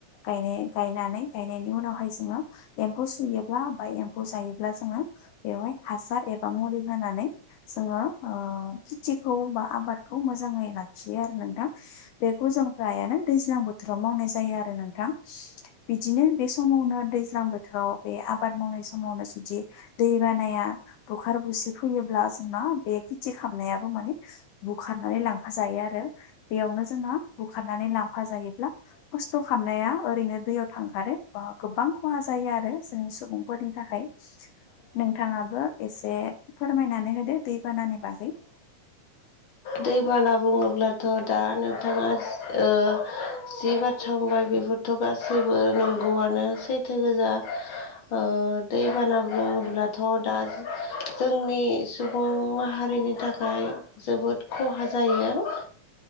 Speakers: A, on the left; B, on the left.
A: गायनाय गायनानै गाय- नायनि उनावहाय जोङो एम्फौ सुयोब्ला बा एम्फौ जायोब्ला जोङो बेवहाय हासार एबा मुलि होनानै जोङो ओ खेथिखौ बा आबाद- खौ मोजाङै लाखियो आरो नोंथां। बेखौ जों फ्रायानो दैज्लां बोथोराव मावनाय जायो आरो नोंथां। बिदिनो बे समावनो दैज्लां बोथोराव बे आबाद मावनाय समावनो जुदि दै बानाया बुखार-बुसि फैयोब्ला जोंना बे खेति खालामनायाबो माने बुखारनानै लांफा जायो आरो बेयावनो जोङो बुखारनानै लांफा जायोब्ला खस्थ' खालाम- नाया ओरैनो दैयाव थांगारो बा गोबां खहा जायो आरो जोंनि सुबुंफोरनि थाखाय। नोंथाङाबो एसे फोरमायनानै होदो दैबानानि बागै।
B: दै बाना बुङोब्लाथ' दा नोंथाङा ओ जि बाथ्रा बुंबाय बे- बोथ' गासैबो नंगौआनो सैथो गोजा। ओ दै बाना बुङोब्लाथ' दा जोंनि सुबुं माहारि बिनि थाखाय जोबोद खहा जायो।